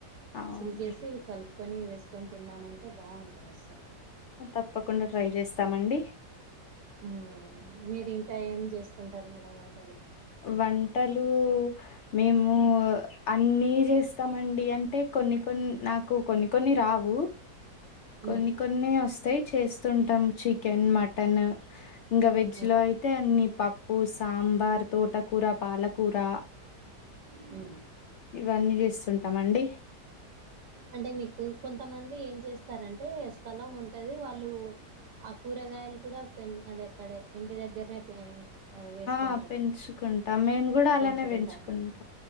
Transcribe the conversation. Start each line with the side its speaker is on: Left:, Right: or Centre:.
Left: అవును
Right: చిలికేసీ ఇవి కల్ప్ కొనీ వేసుకొని తిన్నామంటే బాగుంటది అస్సల్
Left: తప్పకుండా ట్రై చేస్తామండి.
Right: ఊ మీరింకా ఏం చేస్తుంటారు మేడం వంటలు.
Left: వంటలూ మేమూ అన్నీ చేస్తామండి అంటే కొన్ని కొన్ని నాకు కొన్ని కొన్ని రావూ కొన్ని
Right: మ్మ్.
Left: కొన్నే వస్తాయి చేస్త్ స్తుంటాం చికెన్, మటన ఇంకా వెజ్
Right: మ్మ్.
Left: లో అయితే అన్ని పప్పు, సాంబ్ బార్, తోటకూర, పాలకూరా
Right: హ్మ్
Left: ఇవన్నీ చేస్తుంటాంమండి
Right: అంటే మీకు కొంతమంది ఏం చేస్తారంటే స్థలం ఉంటది వాళ్ళూ ఆ కూరగాయలు కూడా పెం అదే అక్కడే ఇంటి దగ్గరనే పేంచ్ వేసుకుం
Left: ఆ పెంచుకుంటాం మేము కూడా అలానే
Right: పెంచుకుంటాం
Left: పెంచుకుంట
Right: అంటారు.